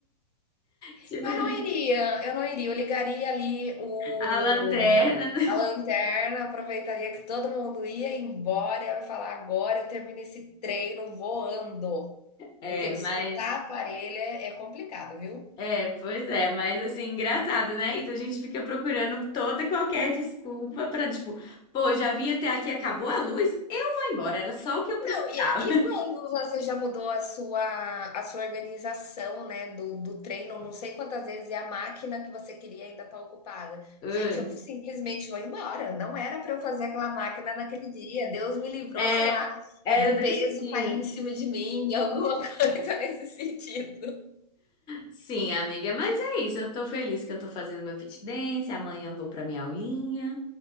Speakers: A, on the left; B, on the left.
A: Tipo,
B: Eu não iria,
A: <laughs>
B: eu não iria. Eu ligaria ali o,
A: a lanterna.
B: a lanterna, aproveitaria que todo mundo ia embora e eu ia falar: agora eu termino esse treino voando.
A: É,
B: Porque disputar
A: mas.
B: aparelho parelha é complicado, viu?
A: É, pois é, mas assim, engraçado, né? Isso a gente fica procurando toda e qualquer desculpa pra, tipo, pô, já vim até aqui, acabou a luz, eu vou embora, era só o que eu precisava.
B: Não, e, e quando você já mudou a sua, a sua organização, né, do, do treino, não sei quantas vezes, e a máquina que você queria ainda está ocupada.
A: Ah,
B: Gente, eu simplesmente vou embora. Não era para eu fazer aquela máquina naquele dia. Deus me livrou,
A: É,
B: sei lá,
A: era
B: do
A: o destino.
B: peso cair em cima de mim, <laughs> alguma coisa nesse sentido.
A: Sim, amiga, mas é isso, eu tô feliz que eu tô fazendo meu fit dance, amanhã eu vou pra minha aulinha,